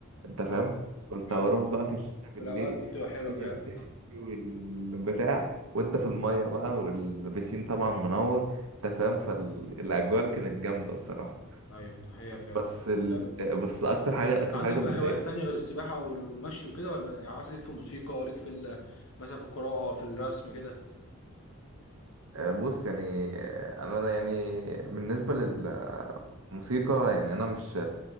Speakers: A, on the right (about 75°); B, on the left (about 70°).
A: انت فاهم
B: ايوه
A: كنت
B: ايوه
A: بروح
B: أيوة.
A: بقى في الشتاء بالليل
B: في الاوقات دي بتبقى حلوه
A: الدنيا
B: فعلا
A: بتشتي
B: نعم.
A: والبتاع وانت في المية بقى والبسين طبعا منور انت فاهم فالاجواء كانت جامدة بصراحة
B: ايوه دي حقيقه فعلا
A: بس ال...
B: أه،
A: بس اكتر حاجة
B: أنت
A: اكتر
B: عندك
A: حاجة
B: بقى
A: بتضايقني
B: هوايات تانية غير السباحه وال- والمشي وكده ولا يعني مثلا ليك في الموسيقى ليك في ال- مثلا في القراءه في الرسم كده
A: آه، بص يعني آه، انا يعني بالنسبة لل موسيقى يعني انا مش